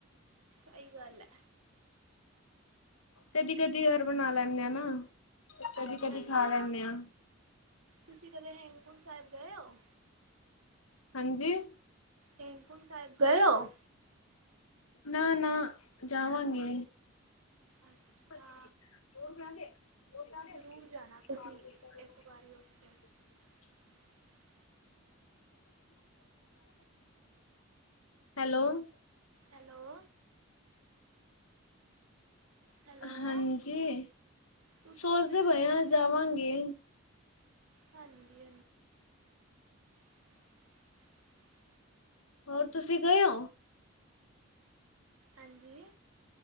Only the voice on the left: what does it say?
ਕਦੀ- ਕਦੀ ਘਰ ਬਣਾ ਲੈਂਨੇ ਆਂ ਨਾ, ਕਦੀ-
ਕਦੀ
ਖਾ ਲੈਂਨੇ ਆ।
ਹਾਂਜੀ?
ਨਾ- ਨਾ ਜਾਵਾਂਗੇ।
ਹੋ ਕ ਦੇ <unintelligible>
ਹਾਂ <unintelligible>
ਹੈਲੋ। <unintelligible>
ਹਾਂਜੀ।
ਸੋਚਦੇ
ਪਏ ਆ
ਜਾਵਾਂਗੇ।
ਹੋਰ ਤੁਸੀਂ ਗਏ ਓ?